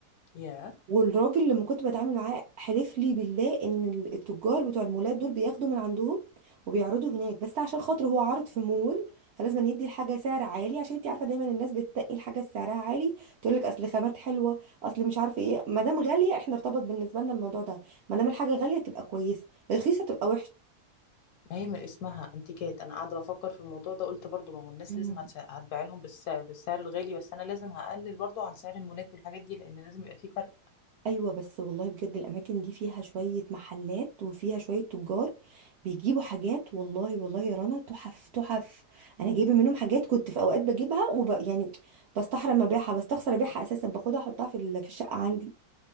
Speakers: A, on the left; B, on the right.
A: يا
B: والراجل لما كنت بتعامل معاه حلف لي بالله ان ال- التجار بتوع المولات دول بياخدوا من عندهم وبيعرضوا هناك بس عشان خاطر هو عارض في مول فلازم أن يدي الحاجه سعر عالي عشان انت عارفه دايما الناس بتتقي الحاجه سعرها عالي تقول لك اصل خامات حلوه اصل مش عارفه ايه ما دام غاليه احنا ارتبط بالنسبه لنا الموضوع ده ما دام الحاجه غاليه تبقى كويسه رخيصه تبقى
A: ما هي من اسمها انتيكات انا قاعده بفكر في الموضوع ده قلت برضو ما هو الناس
B: وحشه
A: لازم هتس... هتبيع لهم بالس... بالسعر الغالي بس انا لازم هقلل برضو عن سعر المولات والحاجات دي لان لازم يبقى فيه فرق
B: ايوه بس والله بجد الاماكن دي فيها شويه محلات وفيها شويه تجار بيجيبوا حاجات والله والله يا رنا تحف تحف انا جايبه منهم حاجات كنت في اوقات بجيبها وب... يعني بستحرم ابيعها بستخسر ابيعها اساسا باخدها احطها في ال- في الشقه عندي